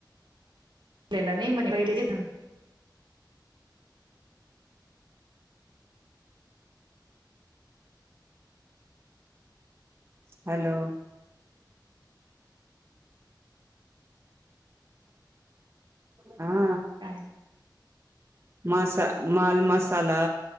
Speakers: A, on the right; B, on the right.
A: नाही मगं कैरी
B: हॅलो हा
A: काय?
B: मासा माल मसाला